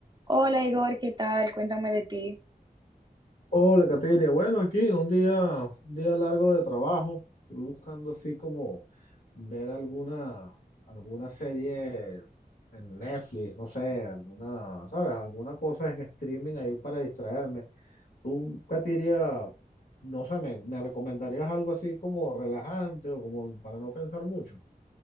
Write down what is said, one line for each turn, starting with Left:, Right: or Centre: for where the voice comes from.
Right: Hola Igor, ¿qué tal? Cuéntame de ti.
Left: Hola, Cateria. Bueno, aquí un día, un día largo de trabajo. Estoy buscando así como ver alguna, alguna serie en Netflix, no sé, alguna, ¿sabes? Alguna cosa en streaming ahí para distraerme. Tú, Cateria, no sé, me, me recomendarías algo así como relajante o como para no pensar mucho?